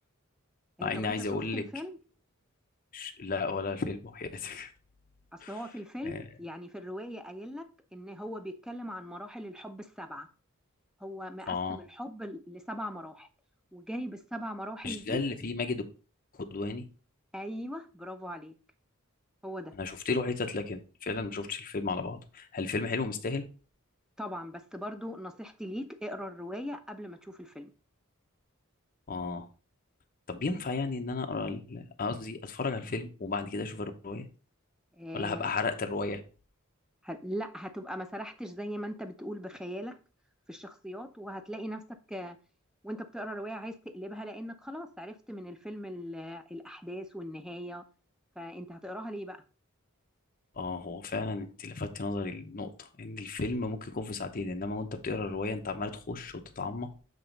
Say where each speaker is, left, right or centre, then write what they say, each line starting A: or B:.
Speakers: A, in the centre; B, on the left.
A: آه،
B: مع
A: طب
B: اني
A: انت
B: عايز
A: شفت
B: اقول
A: الفيلم
B: لك ش- لا ولا فيلم وحياتك
A: اصل هو في
B: <laughs>
A: الفيلم
B: اه
A: يعني في الرواية قايل لك ان هو بيتكلم عن مراحل الحب السبعة هو مقسم
B: آه.
A: الحب ل- لسبع مراحل وجايب السبع مراحل
B: مش
A: دي
B: ده اللي فيه ماجد الكدواني
A: ايوه برافو عليك هو ده
B: انا شفت له حتت لكن فعلا ما شفتش الفيلم على بعضه هل الفيلم حلو مستاهل
A: طبعا بس برضو نصيحتي ليك اقرا الرواية قبل ما تشوف الفيلم
B: اه طب ينفع يعني ان انا اقرا ال- قصدي اتفرج على الفيلم وبعد كده اشوف الرواية
A: آه
B: ولا هبقى حرقت الرواية
A: ه- لا هتبقى ما سرحتش زي ما انت بتقول بخيالك في الشخصيات وهتلاقي نفسك آه، وانت بتقرا الرواية عايز تقلبها لانك خلاص عرفت من الفيلم ال- الاحداث والنهاية فانت هتقراها ليه بقى
B: اه هو فعلا انت لفتت نظري النقطة ان الفيلم ممكن يكون في ساعتين انما وانت بتقرا الرواية انت عمال تخش وتتعمق